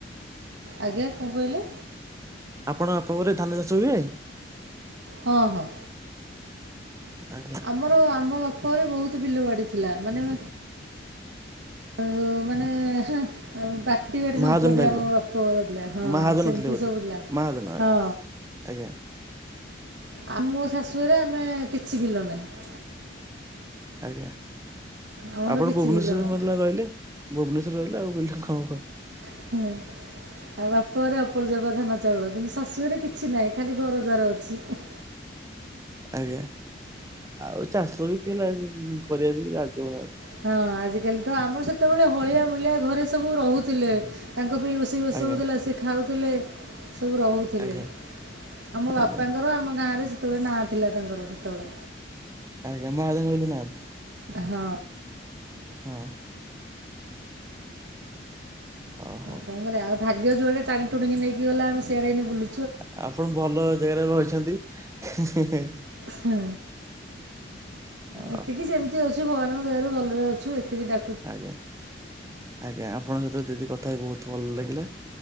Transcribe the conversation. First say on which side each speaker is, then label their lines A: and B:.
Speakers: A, on the right (about 75°); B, on the right (about 15°).
A: ଆଜ୍ଞା କଣ କହିଲେ?
B: ଆପଣ ୟାପ ଘରେ ଧାନ ଚାଷ ହୁଏ?
A: ହଁ, ହଁ।
B: ଆଜ୍ଞା।
A: ଆମର ଆମ ବାପଘରେ ବହୁତ ବିଲ ବାଡ଼ି ଥିଲା, ମାନେ ତ, ମାନେ ହେଂ ଆଉ ବାଟି ବାଟି
B: ମହାଜନ
A: ସମ୍ପତି
B: ଟାଇପ
A: ଆମ
B: ର
A: ବାପଘର ଥିଲା, ହଁ
B: ମହାଜନ
A: ସେମିତି
B: ଥିଲେ ବୋଧେ।
A: ସବୁଥିଲା,
B: ମହାଜନ ଆଜ୍ଞା
A: ହଁ।
B: ଆଜ୍ଞା,
A: ଆ, ମୋ ଶାଶୁରେ ଆମେ କିଛି ବିଲ ନାହିଁ।
B: ଆଜ୍ଞା।
A: ଆମର
B: ଆପଣ
A: କିଛି
B: ଭୁବନେଶ୍ୱର
A: ବିଲ ନାହିଁ
B: ମେଲା ରହିଲେ, ଭୁବନେଶ୍ୱର ରହିଲେ ଆଉ ବିଲ କଣ ହବ।
A: ହୁଁ, ଆଉ ବାପରେ ଅପର୍ଜକ ଧାନ, ଚାଉଳ କିନ୍ତୁ ଶାଶୁ ଘରେ କିଛି ନାହିଁ ଖାଲି ଘର ଦ୍ୱାର ଅଛି।
B: ଆଜ୍ଞା, ଆଉ ଚାଷ ବି କିଏ ଲା-ଅ-ଅ କରିବାକୁ ବି ରାଜି ହଉନାହାନ୍ତି।
A: ହଁ, ଆଜିକାଲି ତ ଆମର ସେତେବେଳେ ହଳିଆ ମୂଳିଆ ଘରେ ସବୁ ରହୁଥିଲେ, ତାଙ୍କ ପାଇଁ ରୁଷ୍ ଷେଇ
B: ଆଜ୍ଞା।
A: ସବୁ ହଉଥିଲା ସେ ଖାଉଥିଲେ, ସବୁ ରହୁଥିଲେ,
B: ଆଜ୍ଞା
A: ଆମ ବାପାଙ୍କର
B: ଆଜ୍ଞା
A: ଆମ ଗାଁ ରେ ସେତେବେଳେ ନାଁ ଥିଲା ତାଙ୍କର ସେତେବେଳେ।
B: ଆଜ୍ଞା, ମହାଜନ ବୋଲି ନାଁ ଥି
A: ହଁ।
B: ହଁ। ହ,
A: କଣ କରିବା ଆ ଭାଗ୍ୟ ଯୁଆଡେ଼ ଟାଣି ଟୁଣିକି ନେଇକି ଗଲା ଆମେ ସିଆଡେ଼ ଏଇନା ବୁଲୁ
B: ଆ ଆପଣ ଭଲ ଜାଗାରେ ରହିଛନ୍ତି, ହି, ହି, ହି।
A: ହୁଁ,
B: ଅ
A: ଏତିକି ଯେମ୍ ତି ଅଛୁ ଭଗବାନଙ୍କ ଦୟାରୁ ଭଲରେ ଅଛୁ, ଏତିକି ଡା
B: ଆଜ୍ଞା, ଆଜ୍ଞା, ଆପଣଙ୍କ ସହିତ ଦିଦି କଥା ହେଇ ବହୁତ ଭଲ ଲାଗିଲା।